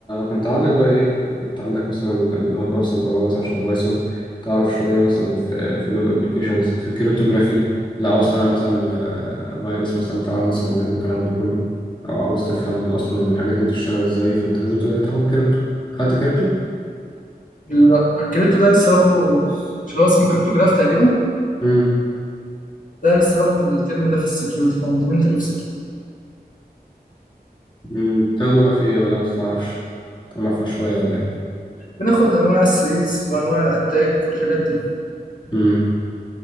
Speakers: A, on the left; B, on the left.
A: فانت عندك بقى ايه انت عندك مثلا اللي هو بايثون برمجه مثلا شبه بايثون تعرف شويه مثلا في في اللوب ابلكيشنز في الكريptography لو عاوز تعمل مثلا آه، فيروس مثلا بتاع رانسوم وير والكلام ده كله او عاوز تفهم اصلا الحاجات دي بتشتغل ازاي فانت لازم تاخد كريبتو خدت كريبتو
B: لا، الكريبتو ده لسه واخده مش اللي هو اسمه كريبتو جراف تقريبا
A: امم
B: ده لسه واخده الترم ده في السكيورتي فاندمنتال اوف
A: أمم. بتاخده بقى في ايه ولا ما تعرفش تعرفها شويه ولا ايه
B: بناخد انواع الثريتس وانواع الاتاك والحاجات دي
A: امم